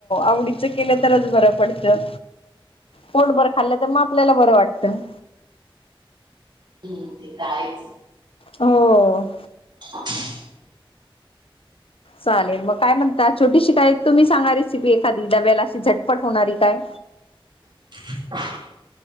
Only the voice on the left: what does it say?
आवडीचं केलं तरच बरं पडतं. पोटभर खाल्लं तर मग आपल्याला बरं वाटतं.
हो!
चालेल मग काय म्हणता, छोटीशी काय तुम्ही सांगा रेसिपी एखादी, डब्याला अशी झटपट होणारी काय.